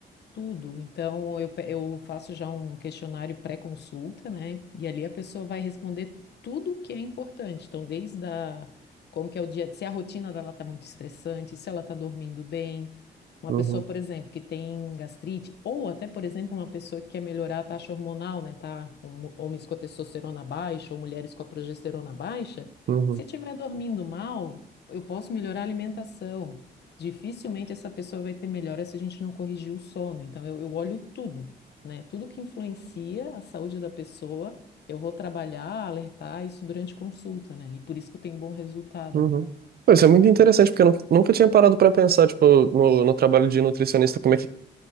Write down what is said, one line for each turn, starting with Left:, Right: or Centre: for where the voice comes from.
Left: Tudo. Então, eu, pe- eu faço já um questionário pré-consulta, né? E ali a pessoa vai responder tudo o que é importante. Então, desde a, como que é o dia, se a rotina dela está muito estressante, se ela está dormindo bem. Uma
Right: Uhum,
Left: pessoa, por exemplo, que tem gastrite, ou até, por exemplo, uma pessoa que quer melhorar a taxa hormonal, né? Tá? Hom- Homens com a testosterona baixa ou mulheres com a progesterona baixa.
Right: uhum,
Left: Se estiver dormindo mal, eu posso melhorar a alimentação dificilmente essa pessoa vai ter melhora se a gente não corrigir o sono. Então, eu, eu olho tudo, né? Tudo que influencia a saúde da pessoa, eu vou trabalhar, alertar isso durante consulta, né? E por isso que eu tenho bom resultado.
Right: uhum. Pô, Isso é muito interessante, porque eu nu- nunca tinha parado pra pensar, tipo, no, no trabalho de nutricionista, como é que,